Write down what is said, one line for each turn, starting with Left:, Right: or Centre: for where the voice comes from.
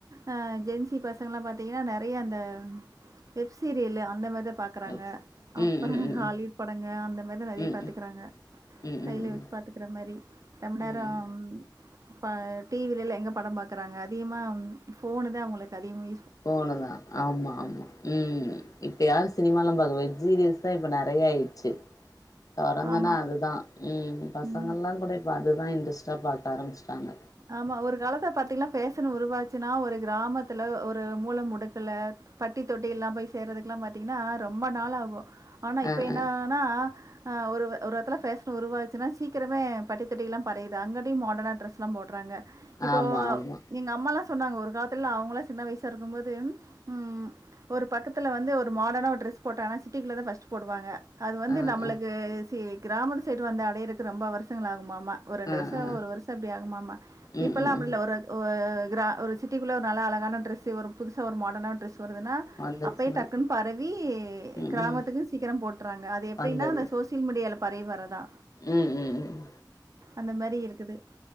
Right: ஆ ஜென்சி பசங்க்ல்லா பாத்தீங்கனா நெறைய அந்த வெப் சீரியலு அந்த மேர்தா பா க்றாங்க
Left: ஓகே
Right: அப்பற
Left: ம் ம் ம்
Right: ஹாலிவுட்
Left: ம்
Right: படங்க அந்த மேர்தா நெறைய
Left: ம்
Right: பாத்துக்கறாங்க
Left: ம் ம்
Right: கையில
Left: ம் ம்
Right: வச்சு பாத்துக்கற மாரி ரொம்ப நேரம்
Left: ம் ம்
Right: இப்ப டி வி லெல்லா எங்க படம் பாக்கறாங்க அதிகமா ம் ஃபோனு தா அவங்களுக்கு அதிகமே
Left: ஃபோனதா ஆம்மா ஆமா உம் இப்ப யாரு சினிமால்லா பாக்க போய் வெப் சீரியஸ் தா இப்ப நெறைய ஆயிட்ச்சு தொறந்தனா
Right: ஆமா
Left: அது தா ம்ம் பசங்கள்லா
Right: ம்.
Left: கூட இப்போ அதுதா இன்ட்ரெஸ்ட்டா பாக்க ஆரமிச்சட்டாங்க
Right: ஆமா ஒரு காலத்தல பாத்தீங்கனா ஃபேஷன் உருவாச்சுனா ஒரு கிராமத்துல ஒ ஒரு மூல முடுக்குல்ல பட்டி தொட்டியெல்லாம் போய் சேர்ரதுக்லா பாத்தீங்கனா ரொம்ப நாள் ஆகு ஆனா இப்ப
Left: அ
Right: என்னான்னா
Left: அ
Right: அ ஒருவ ஒரு எடத்தில ஃபேஷன் உருவாச்சுனா சீக்கிரமே பட்டித்தொட்டிக்லா பரயிது அங்கடி மாடனான ட்ரெஸ்லா போட்றாங்க இப்போ
Left: ஆமா ஆமா
Right: எங்க அம்மால்லா சொன்னாங்க ஒரு காலத்துல்ல அவங்களா சின்ன வயசா இருக்கும் போது உம் ஒரு பக்கத்துல வந்து ஒரு மாடர்னா ஒரு ட்ரெஸ் போட்டானா சிட்டிக்குல தா ஃபர்ஸ்ட் போடுவாங்க அது வந்து
Left: அ
Right: நம்மளுக்கு
Left: அ
Right: சி கிராமத்து சைடு வந்து அடையறக்கு ரொம்ப வருஷங்கள் ஆகுமாமா ஒரு ரெண்டு
Left: அ
Right: வருசோ
Left: அ
Right: ஒரு வருசோ அப்டி ஆகுமாமா
Left: ம்
Right: இப்பெல்லா
Left: ம்
Right: அப்டி
Left: ம்
Right: இல்ல ஒரு வருச ஒ அ க்ரா ஒரு சிட்டிக்குள்ளே ஒரு நல்லா அழகான ட்ரெஸ்சு ஒரு புதுசா ஒரு மாடனான ட்ரெஸ் வருதுன்னா
Left: வந்துருச்சுன்னா
Right: அப்பயே டக்குன் பரவி
Left: ம்
Right: கிராமத்துக்குன்
Left: ம்
Right: சீக்கரோ போட்றாங்க அது எப்டின்னா
Left: வந்தது
Right: அந்த சு சோசியல் மீடியால பரவி வரதா
Left: ம் ம் ம்
Right: அந்த மாரி இருக்குது